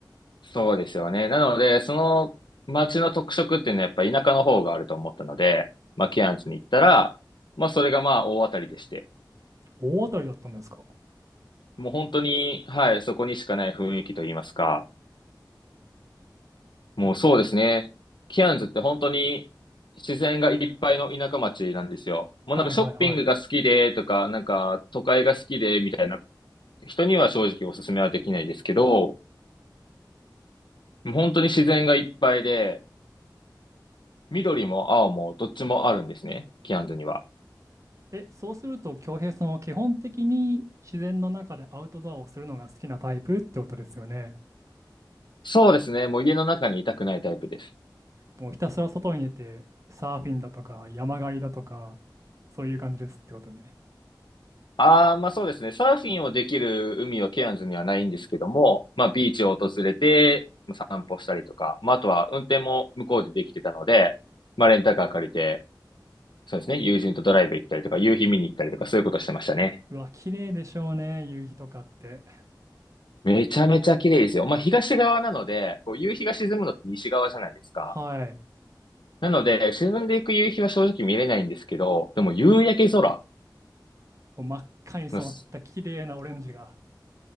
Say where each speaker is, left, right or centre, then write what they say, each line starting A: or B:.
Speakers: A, on the left (about 80°); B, on the right (about 40°).
A: そうですよね。なので、その街の特色っていうのはやっぱ田舎の方があると思ったので、まあ、ケアンズに行ったら、まあ、それがまあ、大当たりでして、
B: 大当たりだったんですか。
A: もう本当に、はい、そこにしかない雰囲気といいますか、もうそうですね。ケアンズって本当に自然がいっぱいの田舎町なんですよ。もうなんかショッピングが好きでとか、
B: はいはいはい。
A: なんか都会が好きでみたいな人には正直おすすめはできないですけど、本当に自然がいっぱいで、緑も青もどっちもあるんですね、キアンズには。
B: え、そうすると、京平さんは基本的に自然の中でアウトドアをするのが好きなタイプってことですよね。
A: そうですね、もう家の中にいたくないタイプです。
B: もうひたすら外に出て、サーフィンだとか、山狩りだとか、そういう感じですってことね。
A: ああ、まあそうですね、サーフィンをできる海はケアンズにはないんですけども、まあビーチを訪れて散歩したりとか、まああとは運転も向こうでできてたので、まあレンタカー借りて、そうですね、友人とドライブ行ったりとか、夕日見に行ったりとか、そういうことしてましたね。
B: うわ、綺麗でしょうね、夕日とかって。
A: めちゃめちゃ綺麗ですよ。まあ、東側なので、こう夕日が沈むのって西側じゃないですか。
B: はい。
A: なので、沈んでいく夕日は正直見れないんですけど、でも夕焼け空
B: もう真っ赤に染まった綺麗なオレンジが。
A: のす、